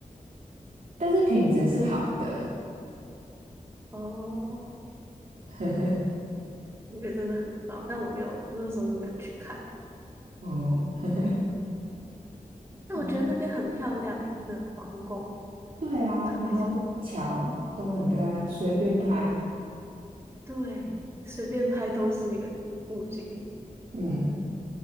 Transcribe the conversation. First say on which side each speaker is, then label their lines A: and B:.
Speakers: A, on the right (about 70°); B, on the right (about 15°).
A: 但是品质是好的。
B: 哦，
A: <laughs>
B: 那个真的很棒，但我没有，那个时候是没有去看。
A: 哦，<laughs>
B: 但我觉得那边很漂亮诶、
A: 然后
B: 那个皇宫，
A: 对啊，
B: 布达佩斯有个皇，
A: 然后桥都很漂亮，随便拍。
B: 对，随便拍都是一个布景。
A: 嗯，